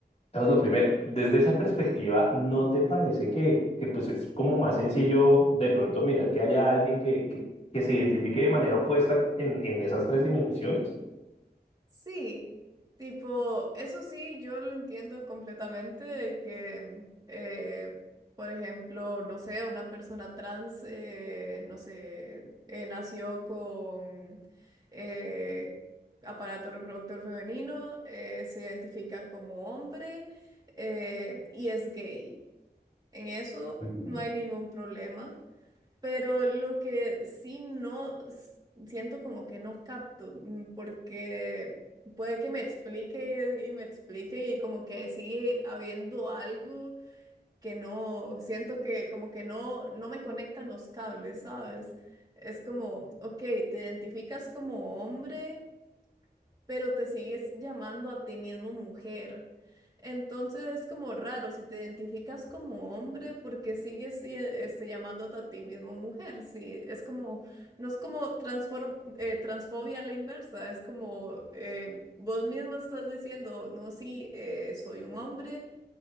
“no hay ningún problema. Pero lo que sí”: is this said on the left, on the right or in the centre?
Right